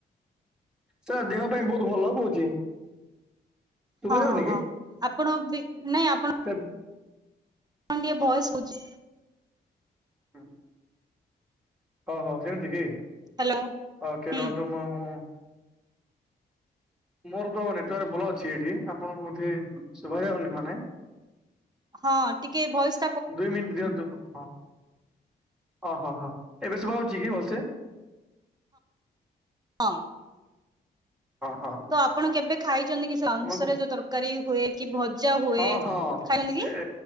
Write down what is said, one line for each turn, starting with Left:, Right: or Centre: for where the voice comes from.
Centre: ସେଟା ଦେହ ପାଇଁ ବହୁତ ଭଲ କହୁଛି। ଶୁଭା
Right: ହଁ,
Centre: ଯାଉନି
Right: ହଁ, ହଁ, ଆପଣ ବି ନାଇଁ ଆପଣ
Centre: ତ
Right: କଣ ଟିକେ ଭଏସ୍ କହୁଛି।
Centre: ହଁ ହ ହ ହଉ ସେମିତି କି
Right: ହ୍ୟାଲୋ
Centre: ଓକେ
Right: ହୁଁ
Centre: ରୁହନ୍ତୁ ମ ମୁଁ। ମୋର ତ ନେଟୱର୍କ୍ ଭଲ ଅଛି ଏଠି ଆପଣଙ୍କୁ ବୋଧେ ଶୁଭା ଯାଉନି ମାନେ
Right: ହଁ, ଟିକେ ଭଏସ୍।
Centre: ଦୁଇ ମିନିଟ୍ ଦିଅନ୍ତୁ ହଁ ଓ ହଁ, ହଁ ଏବେ ଶୁଭା ଯାଉଛି କି ଭଲସେ?
Right: ହଁ
Centre: ହଁ, ହଁ
Right: ତ ଆପଣ କେବେ ଖାଇଛନ୍ତି କି ସେ <unintelligible>
Centre: ତମକୁ
Right: ରେ ଯୋଉ ତରକାରୀ ହୁଏ କି ଭଜା ହୁଏ।
Centre: ହଁ, ହଁ,
Right: ଖାଇଛନ୍ତି
Centre: ସେ
Right: କି